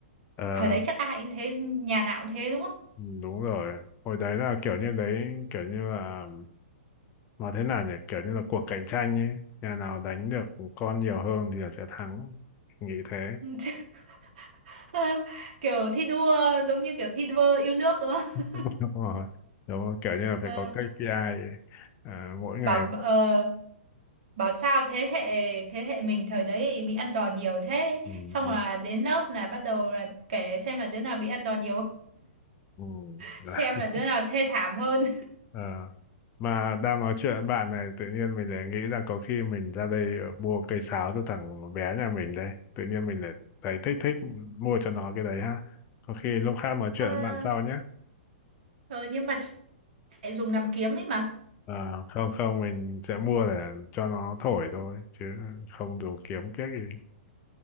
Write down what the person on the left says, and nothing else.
ờ
ừ, đúng rồi hồi đấy là kiểu như đấy kiểu như là mà thế nào nhỉ kiểu như là cuộc cạnh tranh ấy nhà nào đánh được con nhiều hơn thì là sẽ thắng nghĩ thế
<laughs> đúng rồi đúng rồi kiểu như là phải
có KPI ấy. à, mỗi
ngày
ừ,
ừ,
ừ.
<laughs>
Ờ. Mà đang nói chuyện với bạn này tự nhiên mình lại nghĩ là có khi mình ra đây mua cây sáo cho thằng bé nhà mình đây. Tự nhiên mình lại thấy thích thích mua cho nó cái đấy ha. Có khi lúc khác nói chuyện
với bạn sau nhé.
Ờ, không không mình sẽ mua để cho nó thổi thôi chứ không dùng kiếm kiếc gì.